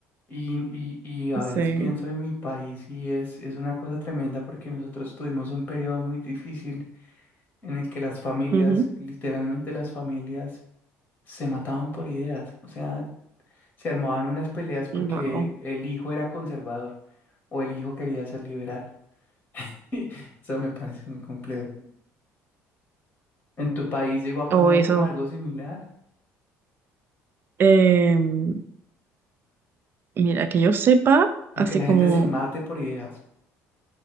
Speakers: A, on the left; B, on the right.
A: y, y, y a
B: Sí.
A: veces pienso en mi país y es, es una cosa tremenda porque nosotros tuvimos un periodo muy difícil en el que las familias,
B: Ujú.
A: literalmente las familias, se mataban por ideas, o sea, se armaban unas peleas porque
B: Wow.
A: el hijo era conservador o el hijo quería ser liberal. <laughs> Eso me parece muy complejo. ¿En tu país llegó a
B: O
A: pasar
B: eso.
A: como algo similar?
B: Em, Mira, que yo sepa,
A: Como
B: así
A: que la
B: como,
A: gente se mate por ideas.